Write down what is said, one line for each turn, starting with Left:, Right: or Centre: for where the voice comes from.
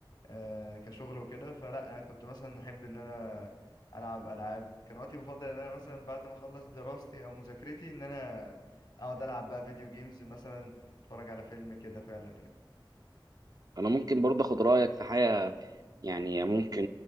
Left: آه، كشغل وكده فلا آه، كنت مثلا احب ان انا العب العاب كان وقتي المفضل ان انا مثلا بعد ما اخلص دراستي او مذاكرتي ان انا اقعد العب بقى فيديو جيمز مثلا اتفرج على فيلم كده فعلا يعني
Right: انا ممكن برضه اخد رايك في حاجه يعني ممكن